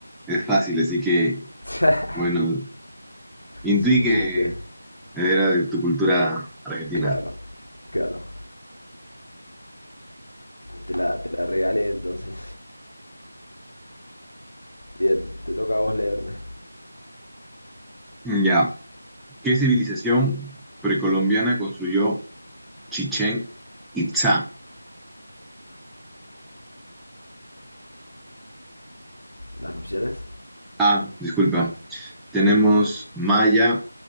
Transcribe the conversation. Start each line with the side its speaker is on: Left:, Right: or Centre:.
Centre: es fácil, así que,
Left: <laughs>
Centre: bueno, intuí
Left: Supusiste.
Centre: que era de tu cultura argentina.
Left: Claro, claro. Te la, te la regalé entonces. Bien, te toca a vos leerme.
Centre: Ya. ¿Qué civilización precolombiana construyó Chichén Itzá?
Left: Las opciones.
Centre: Ah, disculpa. Tenemos maya,